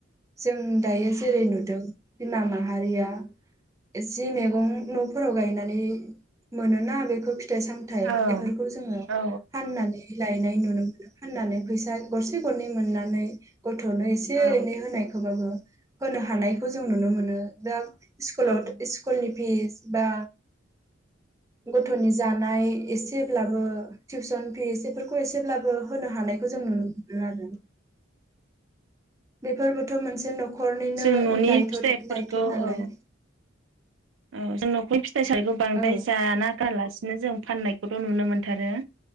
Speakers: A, on the right; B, on the right.
A: जों दायो जेरै नुदों बिमा माहारिया जि मैगं न'फोराव गायनानै मोनोना बेखौ फि थाइ सामथाइ
B: औ
A: एफोरखौ जोङो
B: औ
A: फाननानै लायनाय नुनो मोनो फाननानै फैसा गरसे गरनै मोननानै गथ'नो एसे
B: औ
A: एनै होनायखौबाबो होनो हानायखौ जों नुनो मोनो दा सिक्ल
B: औ
A: सिक्लनि फिस बा गथ'नि जानाय एसेब्लाबो टिउसन फिस बेफोरखौ एसेब्लाबो होनो हानायखौ जों नुनो मोनो आरो। बेफोरबोथ मोनसे न'खरनिनो
B: जों न'नि
A: दायथ'
B: फिथाइफोरखौ
A: दायथ' नालाय
B: औ औ जों नखर फि फिथाइ सायखौ बांद्राय
A: औ
B: जाना गारलासे जों फाननायखौथ जों नुनो मोनथारो